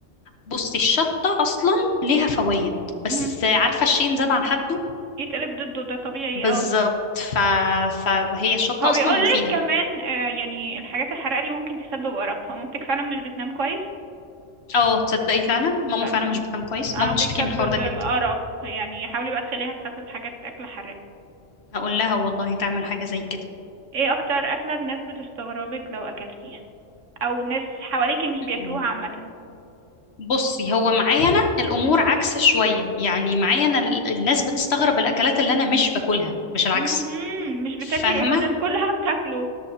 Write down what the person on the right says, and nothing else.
مهم.
يتقلب ضده ده طبيعي
اه
هو
بيقول
لك كمان آه يعني الحاجات الحراقة دي ممكن تسبب أرق فمامتك فعلا مش بتنام كويس
اه
بقى.
آه،
بيسبب
الأرق يعني حاولي بقى تخليها تخفف حاجات أكل حراق
ايه أكتر أكلة الناس بتستغربك لو أكلتيها أو ناس حواليكي مش
بياكلوها عامة
مهم.
مهم. مش بتاكلي
ايه والناس كلها <laughs> بتاكله